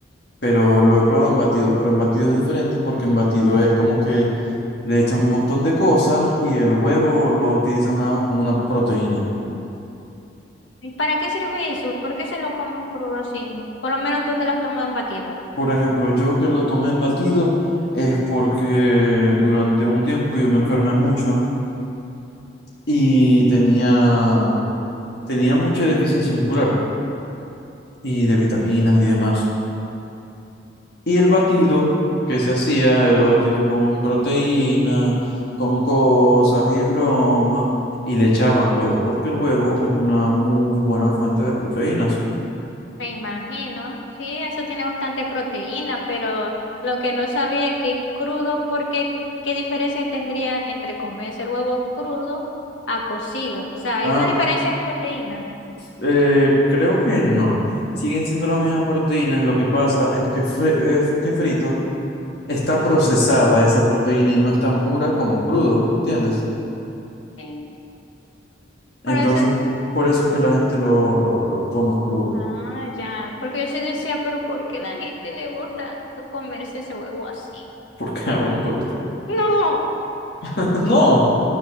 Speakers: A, on the left; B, on the left.
A: pero lo he probado en batido, pero en batido es diferente porque en batido es como que Le echan un montón de cosas y el huevo lo utilizan nada más como una proteína.
B: ¿Y para qué sirve eso? ¿Por qué se lo comen crudo así? Por lo menos tú que lo has tomado en batido.
A: Por ejemplo, yo que lo tomé en batido es porque durante un tiempo yo me enfermé mucho y tenía, tenía mucha deficiencia muscular y de vitaminas y demás. Y el batido que se hacía era batido con proteína, con cosas y bromas, y le echaban huevo, porque el huevo es una muy buena fuente de proteínas.
B: Me imagino, sí, eso tiene bastante proteína, pero lo que no sabía es que crudo, porque ¿qué diferencia tendría entre comerse el huevo crudo a cocido? O sea, hay
A: Ah,
B: una diferencia en proteína.
A: Eh, creo que no. Siguen siendo las mismas proteínas. Lo que pasa es que, fre- es que frito está procesada esa proteína y no es tan pura como crudo, ¿entiendes?
B: Sí. Por
A: Entonces,
B: eso,
A: por eso es que la gente lo, lo, lo toma crudo.
B: ah, ya, porque yo sí decía, pero ¿por qué la gente le gusta comerse ese huevo así?
A: Porque <laughs> a vos no te gusta.
B: No,
A: <laughs> No,